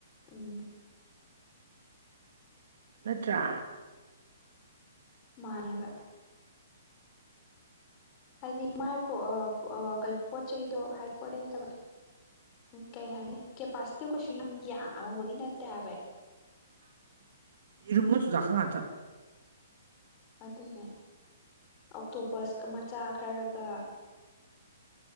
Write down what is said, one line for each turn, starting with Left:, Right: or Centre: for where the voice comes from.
Left: ꯎꯝ
Right: ꯅꯠꯇ꯭ꯔꯥ
Left: ꯃꯥꯅꯦꯕ ꯍꯥꯏꯗꯤ ꯃꯥꯏ ꯄ ꯀ ꯄꯣꯠ ꯆꯩꯗꯣ ꯍꯥꯏꯗꯤ ꯄꯣꯠ ꯅꯠꯇꯕ ꯎ ꯀꯩ ꯍꯥꯏꯅꯤ ꯀꯦꯄꯥꯁꯤꯇꯤ ꯀꯩꯁꯨ ꯌꯥꯝ ꯌꯥꯝꯉꯨꯕꯒꯤ ꯅꯠꯇꯦ ꯍꯥꯏꯕ
Right: ꯌꯥ ꯍꯔꯨꯝꯃꯣ ꯊꯨꯗ ꯀ ꯉꯇ
Left: ꯑꯗꯨꯅꯦ ꯑꯣꯛꯇꯣꯄꯁꯀ ꯃꯆꯥ ꯈꯔꯒ